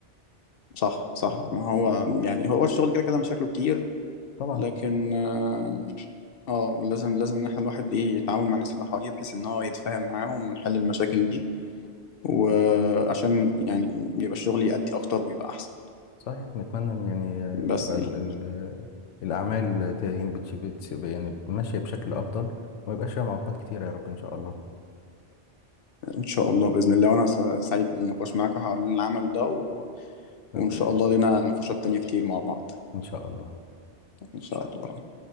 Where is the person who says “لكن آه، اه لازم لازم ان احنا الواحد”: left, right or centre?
Left